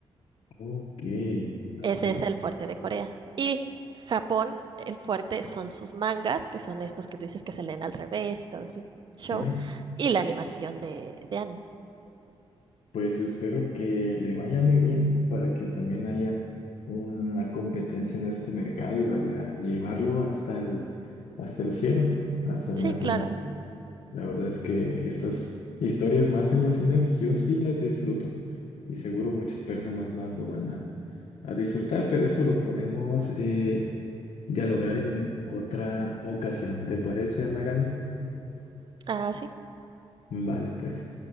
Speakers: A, on the left (about 85°); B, on the right (about 45°).
A: ok. Ah,
B: Ese
A: bueno.
B: es el fuerte de Corea. Y Japón, el fuerte son sus mangas, que son estos que tú dices que se leen al revés y todo ese show,
A: Ujú.
B: y la animación de, de anime.
A: Pues espero que le vaya muy bien para que también haya una competencia en este mercado y vaya a llevarlo hasta el, hasta el cielo, hasta el
B: Sí,
A: máximo.
B: claro.
A: La verdad es que estas historias más en los cines yo sí las disfruto y seguro muchas personas más lo van a, a disfrutar, pero eso lo podemos eh, dialogar en otra ocasión. ¿Te parece, Amairán?
B: Ah, sí.
A: Vale, pues.